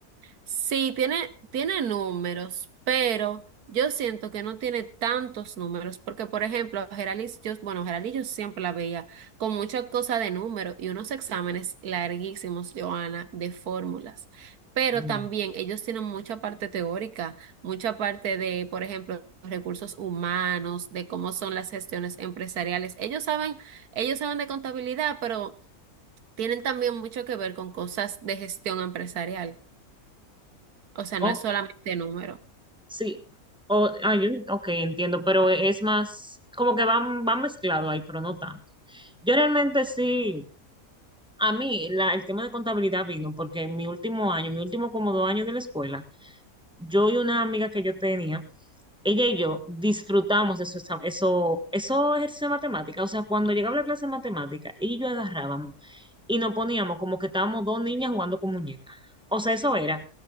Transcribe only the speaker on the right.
Sí, tiene, tiene números, pero yo siento que no tiene tantos números, porque por ejemplo, a Geralis, yo, bueno, Geralis yo siempre la veía con muchas cosas de números y unos exámenes larguísimos, Joana, de fórmulas. Pero
también ellos tienen mucha parte teórica, mucha parte de, por ejemplo, recursos humanos, de cómo son las gestiones empresariales. Ellos saben, ellos saben de contabilidad, pero tienen también mucho que ver con cosas de gestión empresarial. O sea,
no es solamente número.